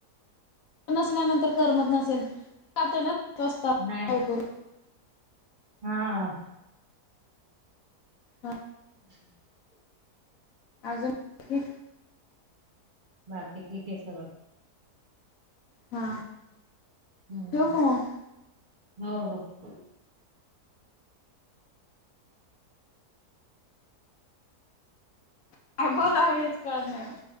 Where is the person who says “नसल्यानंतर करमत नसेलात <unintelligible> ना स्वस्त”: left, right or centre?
Left